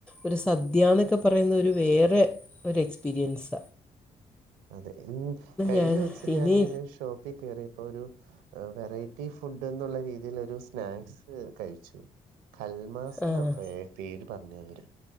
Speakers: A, in the centre; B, on the right (about 75°).
A: ഒരു സദ്യ എന്നൊക്കെ പറയുന്ന ഒരു വേറെ ഒരു എക്സ്പീരിയൻസ
B: അതെ ഉം കഴിഞ്ഞ
A: ഞാൻ
B: ദിവസം ഞാനിങ്ങനെ
A: ഇനി
B: ഒരു ഷോപ്പിൽ കയറിയപ്പോ ഒരു ഏഹ് വെറൈറ്റി ഫുഡ് എന്നുള്ള രീതിൽ ഒരു സ്നാക്സ് കഴിച്ചു കൽ <unintelligible>
A: ആ
B: പേര് പറഞ്ഞെ അവര്